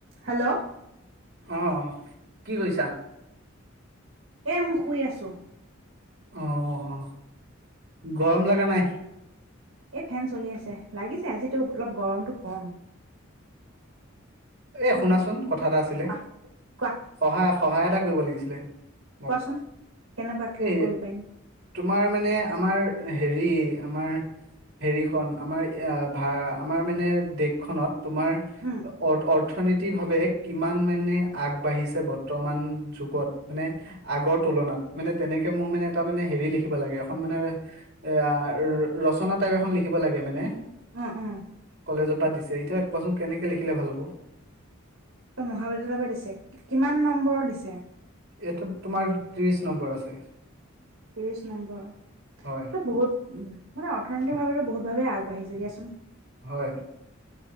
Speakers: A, on the right; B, on the right.
A: Hello
B: অ কি কৰিছা
A: এ মই শুই আছো
B: অ অ অ গৰম লগা নাই
A: এই ফেন চলি আছে, লাগিছে আজি টো অলপ গৰমটো কম
B: এ শুনাচোন কথা এটা আছিলে
A: কোৱা কোৱা
B: সহায় স সহায় এটা কৰিব লাগিছিলে মোক
A: কোৱাচোন কেনেকুৱাকে
B: এই
A: কৰিব পাৰিম
B: তোমাৰ মানে আমাৰ হেৰি আমাৰ হেৰিখন আমাৰ এ ভা আমাৰ মানে দেশখনত তোমাৰ
A: উম
B: অৰ্থ অৰ্থনীতিভাৱে কিমান মানে আগবাঢ়িছে বৰ্তমান যুগত মানে আগৰ তুলনাত মানে তেনেকে মোৰ মানে এটা মানে হেৰি লিখিব লাগে এখন মানে এ ৰচনা টাইপ এখন লিখি ব লাগে মানে
A: উম উম
B: কলেজপা দিছে এতিয়া কোৱাচোন কেনেকে লিখিলে ভাল হ'ব।
A: ত মহাবিদ্যালয়ৰ পৰা দিছে। কিমান নম্বৰ দিছে।
B: এইটো তোমাৰ ত্ৰিশ নম্বৰ আছে।
A: ত্ৰিছ নম্বৰ। ত
B: হয়
A: বহুত উম মান অৰ্থনৈতিক ভাৱে বহুত ভাৱে আগবাঢ়িছে দিয়া চোন।
B: হয়।